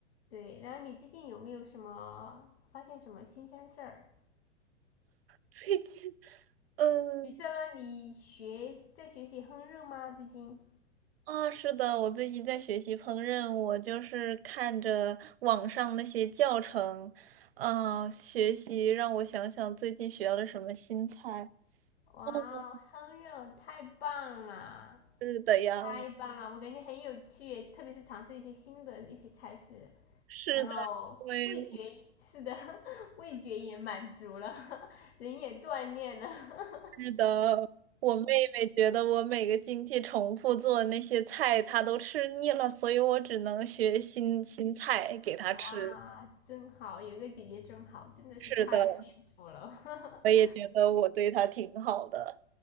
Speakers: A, on the left; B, on the right.
A: 对，然后你最近有没有什么发现什么新鲜事儿？
B: 最近，嗯
A: 比如说你学在学习烹饪吗？最近？
B: 啊，是的，我最近在学习烹饪，我就是看着网上那些教程，啊，学习让我想想最近学了什么新菜。
A: 哇，
B: 哦
A: 烹饪太棒了，
B: 是的呀，
A: 太棒了！我感觉很有趣，特别是尝试一些新的一些菜式。
B: 是的，
A: 然后味觉是的，
B: 因为我。
A: <laughs> 味觉也满足了，<laughs> 人也锻炼了，<laughs>
B: 是的，我妹妹觉得我每个星期重复做那些菜，她都吃腻了，所以我只能学新新菜给她吃。
A: 哇，真好，有个姐姐真好，真的是太幸福了。
B: 是的，我也觉得我对她挺好的。
A: <laughs>